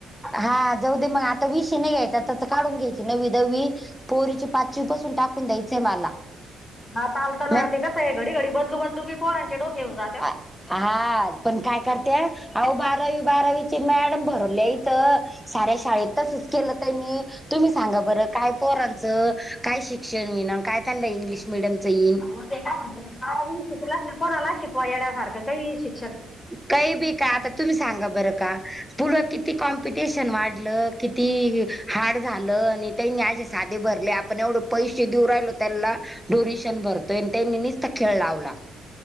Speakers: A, in the centre; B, on the left.
A: हा जाऊ दे मग आता विष नाही घ्यायच आताच काढून घ्यायची नवी दवी पोरीची पात ची बसून टाकून द्यायच हाय मला
B: हा चालताना
A: मॅ
B: ते कस आहे घडी घडी बदलू बदलूी पोरा डोक्या वरन जाते हो.
A: आ- हा पण काय करते आवो बारावी बारावीचे मॅडम भरवले इथं साऱ्या शाळेतचच केलं तनी तुम्ही सांगा बरं काय पोरांचं काय शिक्षण विना काय त्यांना इंग्लिश मिडीयम च येईल.
B: हो ते काय म्हण बारा वीस शिकालाच नाही कोणालाच शिकवा येड्यासारखं काही शिक
A: काही बी का आता तुम्ही सांगा बरं का पूर्वा किती किती कॉम्पिटिशन वाढलं किती हाड झालं आणि त्यानी अझे साधे भरले आपण एवढं पैसे देऊ राहिलो त्याला ड्युरिशन भरतोय आणि त्यांनी नुसत खेळ लावला,